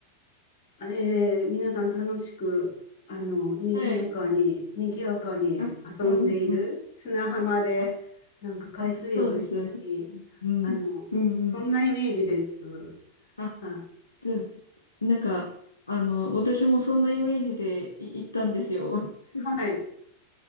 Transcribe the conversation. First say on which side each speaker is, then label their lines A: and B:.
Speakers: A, on the left (about 55°); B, on the left (about 80°).
A: えー皆さん楽しく、あの、賑やかに、
B: はい。
A: 賑やかに遊んでいる砂浜で、
B: あ、うんうんうん。あ、
A: なんか海水浴したり、
B: あ、そうですよね。うん。
A: あの、
B: うんうん。
A: そんなイメージです。
B: あ、
A: あ、
B: うんなんか、あの、私もそんなイメージでい行ったんですよ。<laughs>
A: はい。